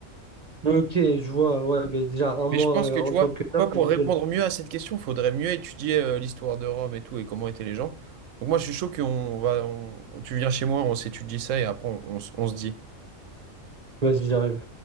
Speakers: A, on the right; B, on the right.
A: Ok, je vois, ouais, mais déjà, un mois
B: Mais je pense
A: euh,
B: que
A: en
B: tu vois,
A: tant que
B: tu
A: noble,
B: pour
A: elle est
B: répondre
A: belle.
B: mieux à cette question, il faudrait mieux étudier euh, l'histoire de Rome et tout et comment étaient les gens. Donc moi, je suis chaud qu'on va, on- tu viens chez moi, on s'étudie ça et après on, on s- on se dit.
A: Vas-y, j'arrive.